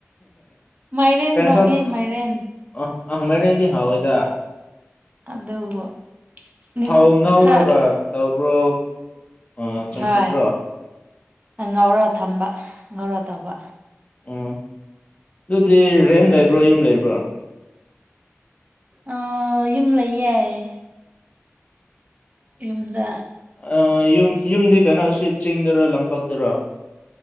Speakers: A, on the right; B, on the left.
A: ꯃꯥꯏꯔꯦꯟ
B: ꯀꯩ ꯏꯟꯁꯥꯡ
A: ꯊꯣꯡꯉꯦ ꯃꯥꯏꯔꯦꯟ
B: ꯑ ꯑ ꯃꯦꯗꯤ ꯍꯥꯎꯋꯤꯏꯗ
A: ꯑꯗꯨꯕꯨ ꯅꯤꯠ
B: ꯊꯥꯎ ꯉꯥꯎꯔꯒ
A: ꯈꯔ
B: ꯇꯧꯕ꯭ꯔꯣ ꯑ ꯆꯝꯐꯨꯠꯔꯣ
A: ꯍꯣꯏ ꯉꯧꯔ ꯊꯝꯕ ꯉꯧꯔ ꯇꯧꯕ
B: ꯎꯝ ꯑꯗꯨꯗꯤ ꯔꯦꯟ ꯂꯩꯕ꯭ꯔꯣ ꯌꯨꯝ ꯂꯩꯕ꯭ꯔꯣ
A: ꯑ ꯌꯨꯝ ꯂꯩꯌꯦꯏ ꯌꯨꯝꯗ
B: ꯑꯥ ꯌꯨꯝ ꯌꯨꯝꯗꯤ ꯀꯩꯅꯣꯁꯤ ꯆꯤꯡꯗꯔꯣ ꯂꯝꯄꯥꯛꯇꯔꯣ